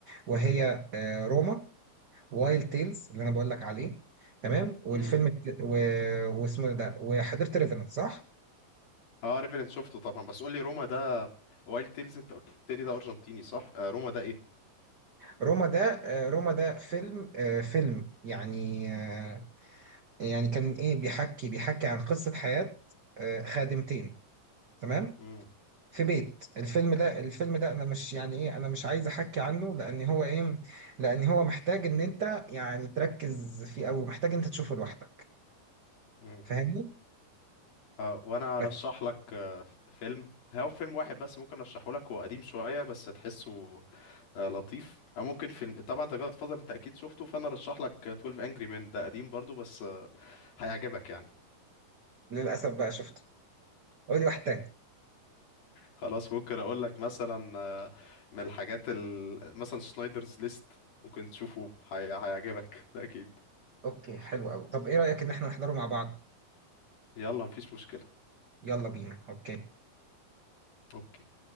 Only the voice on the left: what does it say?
امم
اه ريفرنت شفته طبعا بس قول لي روما ده وايلد تيلز انت قلت لي ده ارجنتيني صح آه روما ده ايه
امم
امم
اه وانا ارشح
لك آه، فيلم هو فيلم واحد بس ممكن ارشحه لك هو قديم شويه بس تحسه آه، لطيف او ممكن فيلم طبعا انت جاد فاذر انت اكيد شفته فانا ارشح لك آه، 12 انجري مان ده قديم برضو بس آه، هيعجبك يعني
خلاص ممكن اقول لك مثلا آه، من الحاجات ال... مثلا سنايدرز ليست ممكن تشوفه هي... هيعجبك ده اكيد
يلا مفيش مشكله
اوكي